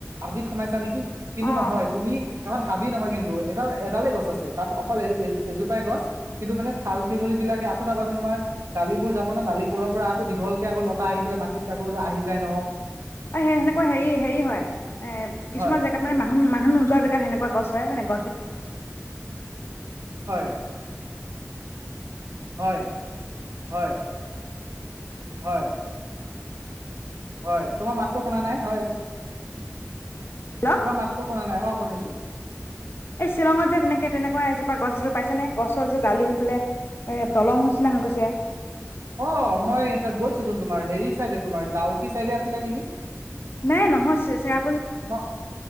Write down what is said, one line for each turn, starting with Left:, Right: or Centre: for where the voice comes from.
Right: আবিত সোমাইছা নেকি। কিন্তু
Left: অ
Right: নহয় তুমি এখন হাবি নহয় কিন্তু এডাল এডালে গছ আছে তাত অকল এ এজোপাই গছ কিন্তু মানে থাল থেঙলি বিলাকে আকৌ চাবাচোন তোমাৰ দালিবোৰ যাব ন দালিবোৰৰ পৰা আকৌ দীঘলকে আকৌতা আহি পেলাই মাটিত আকৌ আহি। যাই নহয়।
Left: অ' সেই সেনেকুৱা
Right: উম,
Left: হেৰি হেৰি হয় এ কিছুমান
Right: হয়
Left: জেগাত মানে মানুহ মানুহ নোযোৱা জেগাত সেনেকুৱা গছ হয় মানে গছ।
Right: হয়। হয় হয়! হয়। হয়। তোমাৰ মাতটো শুনা নাই, হয়।
Left: বিলাক
Right: তোমাৰ মাতটো শুনা নাই। অ', শুনিছো।
Left: এই শ্বিলঙত যে তেনেকে তেনেকুৱা এজোপা গছ এজ পাইছেনে? গছৰ যে দালি হৈ পেলাই এ দলং নিচিনা হৈ গৈছে।
Right: অ', মই তাত গৈছো তোন তোমাৰ হেৰি চাইডে তোমাৰ <unintelligible> কি চাইডে আছিলে নেকি?
Left: নাই, নহয়, চেৰা
Right: ম,